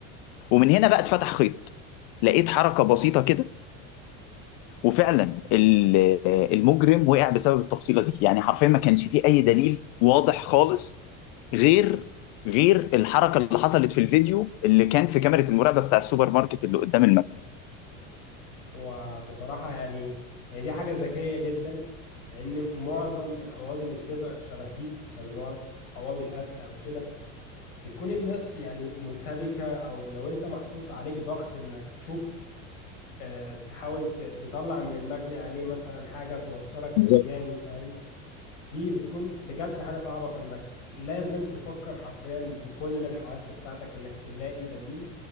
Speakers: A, on the left; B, on the left.
A: ومن هنا بقى اتفتح خيط لقيت حركة بسيطة كده وفعلا ال- آه، المجرم وقع بسبب التفصيلة دي يعني حرفيا ما كانش فيه أي دليل واضح خالص غير غير الحركة اللي حصلت في الفيديو اللي كان في كاميرا المراقبة بتاع السوبر ماركت اللي قدام المكتب
B: وبصراحة يعني هي دي حاجة ذكية جدا لان معظم القواضي اللي بتبقى شبه دي شبه اللي هو قواضي القتل او كده بتكون الناس يعني مرتبكة أو لو أنت محطوط عليك ضغط إنك تشوف آه، تحاول ت- تطلع من المجني عليه مثلا حاجة توصلك
A: بالظبط.
B: للجاني فاهم دي بتكون بجد حاجة صعبة فإنك لازم تفكر حرفيا بكل الحواس بتاعتك إنك تلاقي دليل